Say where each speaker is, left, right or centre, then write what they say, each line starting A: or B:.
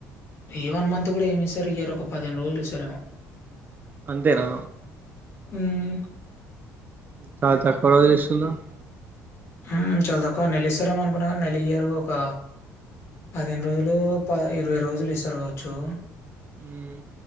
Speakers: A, on the left (about 50°); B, on the right (about 30°).
A: ఏ వన్ మంత్ కూడా ఏమి ఇస్తరు ఇయరు ఒక పదిహేను రోజులు ఇస్తారేమో
B: అంతేనా
A: ఉమ్
B: చాలు చాలు <unintelligible> చేస్తున్నవ్
A: ఉమ్ చాలా తక్కువ నెలి ఇస్తారేమ అనుకున్నా నెల ఇయారు ఒక పదిహేను రోజులు ప ఇరవై రోజులు ఇస్తారు కావచ్చు
B: ఉమ్